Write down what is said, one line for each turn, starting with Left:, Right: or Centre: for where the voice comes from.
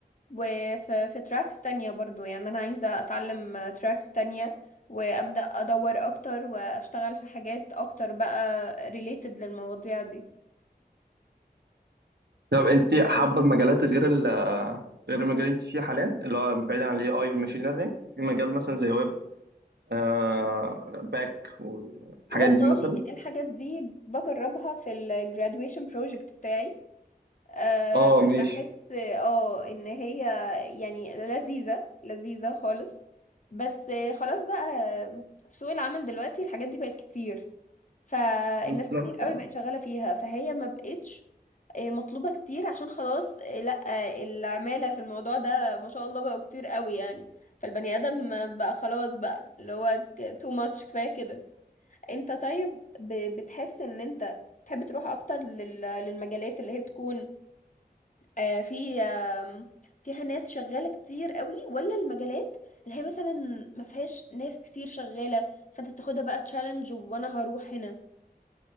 Left: وفي في تراكس تانية برضو يعني انا عايزة اتعلم تراكس تانية وابدأ ادور اكتر واشتغل في حاجات اكتر بقى ريليتد للمواضيع دي
Right: طب انت حابه في مجالات غير ال غير المجال اللي انت فيه حاليا اللي هو بعيدا عن الاي اي والماشين ليرنينج في مجال مثلا زي ويب آه باك والحاجات
Left: والله
Right: دي مثلا
Left: الحاجات دي بجربها في ال graduation project بتاعي أه
Right: اه ماشي
Left: بحس اه ان هي يعني لذيذة لذيذة خالص بس خلاص بقى في سوق العمل دلوقتي الحاجات دي بقت كتير فالناس
Right: بالظبط
Left: كتير قوي بقت شغالة فيها فهي ما بقتش آه، مطلوبة كتير عشان خلاص آه، لا آه، العمالة في الموضوع ده ما شاء الله بقوا كتير قوي يعني فالبني آدم بقى خلاص بقى اللي هو too much كفاية كده انت طيب ب- بتحس ان انت تحب تروح اكتر لل- للمجالات اللي هي بتكون آه، في آم، فيها ناس شغالة كتير قوي ولا المجالات اللي هي مثلا ما فيهاش ناس كتير شغالة فانت بتاخدها بقى تشالنج وانا هروح هنا